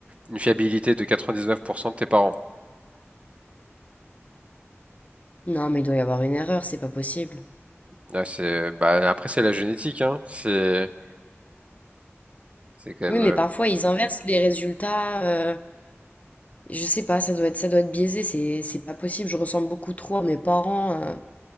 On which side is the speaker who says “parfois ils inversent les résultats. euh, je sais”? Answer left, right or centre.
Left